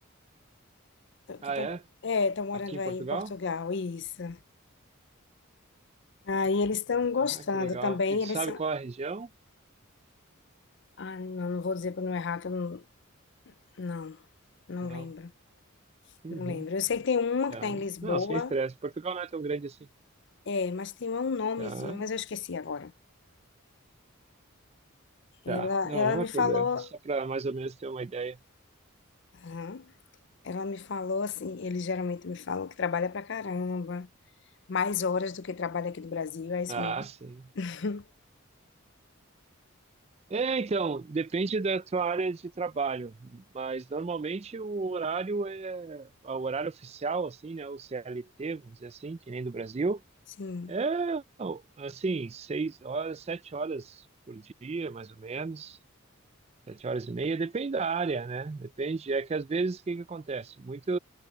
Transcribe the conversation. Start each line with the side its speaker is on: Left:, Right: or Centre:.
Right: Ah,
Left: que estão,
Right: é?
Left: é, estão morando
Right: Aqui em
Left: aí
Right: Portugal?
Left: em Portugal, isso. Aí eles estão gostando
Right: Ah, que legal.
Left: também,
Right: E tu
Left: eles
Right: sabe
Left: são,
Right: qual é a região?
Left: ah, não, não vou dizer para não errar, que eu não, não, não
Right: Não.
Left: lembro,
Right: Uhum.
Left: não lembro. Eu sei que tem uma
Right: Tá.
Left: que está em Lisboa,
Right: Não, sem estresse. Portugal não é tão grande assim.
Left: É, mas tem um nomezinho,
Right: Tá,
Left: mas eu esqueci agora. Ela,
Right: tá. Não,
Left: ela
Right: não
Left: me
Right: é problema.
Left: falou,
Right: Só para mais ou menos ter uma ideia.
Left: aham, ela me falou assim, eles geralmente me falam que trabalha pra caramba, mais horas do que trabalha aqui do Brasil, é isso
Right: Ah,
Left: mesmo?
Right: sim.
Left: <laughs>
Right: É, então, depende da tua área de trabalho, mas normalmente o horário é o horário oficial, assim, né? O CLT, vamos dizer assim, que nem do Brasil.
Left: Sim,
Right: É, assim, seis horas, sete horas por dia, mais ou menos, sete horas e meia, depende da área, né? Depende. É que às vezes o que que acontece? Muito